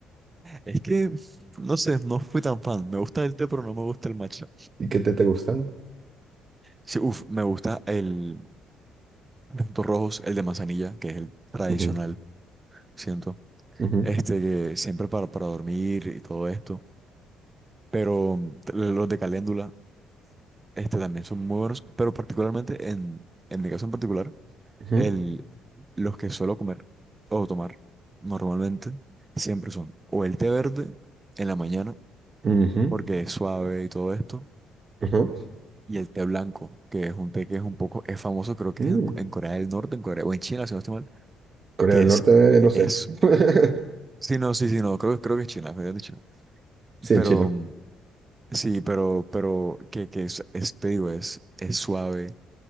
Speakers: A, on the right; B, on the right.
A: Es que, no sé, no fui tan fan. Me gusta el té, pero no me gusta el matcha.
B: ¿Y qué te, te gustan?
A: Sí, uf, me gusta el de frutos rojos, el de manzanilla, que es el tradicional,
B: Ujú,
A: siento.
B: ujú,
A: Este, que siempre para, para dormir y todo esto. Pero mm, los de caléndula, este también son muy buenos. Pero particularmente, en, en mi caso en particular,
B: ujú,
A: el, los que suelo comer o tomar normalmente, siempre son o el té verde en la mañana,
B: ujú,
A: porque es suave y todo esto
B: ujú.
A: Y el té blanco, que es un té que es un poco, es famoso, creo que
B: Mm.
A: es en, en Corea del Norte, en Corea, o en China, si no estoy mal,
B: Corea
A: que
B: del
A: es,
B: Norte,
A: es,
B: no sé. <laughs>
A: sí, no, sí, sí, no, creo, creo que es China, me habían dicho.
B: Sí,
A: Pero,
B: en chino.
A: mm, sí, pero, pero, que, que es, es, te digo, es, es suave,